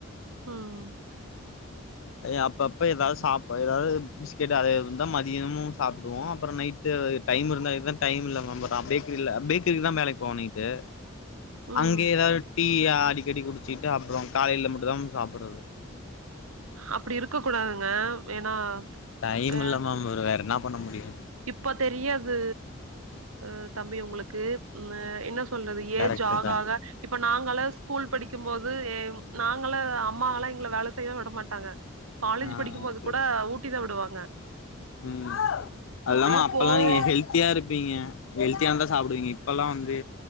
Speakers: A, on the right (about 85°); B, on the left (about 70°).
A: உம்
B: ஏ அப்பப்ப ஏதாவது சாப்ப ஏதாவது பிஸ்கெட் அதே இருந்தா மதியமு சாப்புடுவோ அப்றோ நைட் து டைம் இருந்தா இதா டைம் இல்ல மேம் பேக்கிரில பேக்கிரில தா வேலைக்கு போவ நைட்டு
A: ம்
B: அங்கே ஏதாவது டீ அடிக்கடி குடிச்சிட்டு அப்றோ காலையில மட்டுந்தா மேம் சாப்பிடுறது
A: அப்டி இருக்க கூடாதுங்க ஏன்னா
B: டைம்
A: அ
B: இல்ல மேம் வேற என்ன பண்ண முடியு
A: இப்ப தெரியாது ஆ தம்பி உங்களுக்கு ஆ என்ன சொல்றது
B: கரெக்ட்டு
A: ஏஜ் ஆக
B: தா
A: ஆக இப்ப நாங்கள்லா ஸ்கூல் படிக்கும் போது ஏ நாங்களா அம்மாங்கல்லா எங்கள வேல செய்ய விட மாட் டாங்க காலேஜ்
B: ஆ
A: படிக்கும்போது
B: ஓகே
A: கூட ஊட்டி தா விடுவாங்க
B: ம் அது
A: அப்டியே
B: வந்து அப்பெல்லா
A: போவோ
B: எங்க ஹெல்த் தியா இருப்பீங்க ஹெல்த்தியா இருந்தா சாப்டுவீங்க இப்பெல்லா வந்து